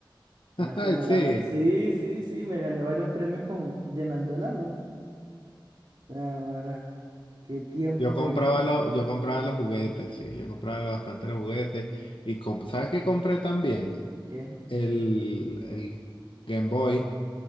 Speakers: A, on the right; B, on the left.
A: Una
B: <laughs>
A: franela
B: Ay, sí.
A: blan- Sí, sí, sí, me gané varios premios con llenando el álbum. Ahora, qué tiempos
B: Yo compraba,
A: de eso.
B: lo- yo compraba los juguetes, sí. Yo compraba bastante los juguetes. Y comp- ¿sabes qué compré también?
A: ¿Qué?
B: El, el Game Boy.